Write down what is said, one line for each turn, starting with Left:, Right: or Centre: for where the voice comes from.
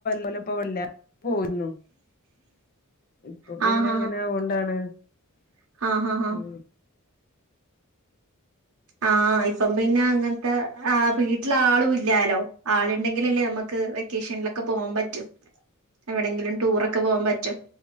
Left: വല്ലപ്പൊ വല്ല പോയിരുന്നു. ഇപ്പൊ
Right: ആഹ്
Left: പിന്നെ ന്ന ങ്ങനെ ആവോണ്ടാണ്.
Right: ആഹ് ആഹ് ആഹ്
Left: മ്
Right: ആഹ ഇപ്പം പിന്നെ അങ്ങനത്തെ ആ വീട്ടിൽ ആളും ഇല്ലാലോ ആളുണ്ടെങ്കിലല്ലേ നമ്മക്ക് വെ വെ ക്കേഷനിലൊക്കെ പോകാൻ പറ്റും എവിടെങ്കിലും. ടൂറക്കെ പോവാൻ പറ്റും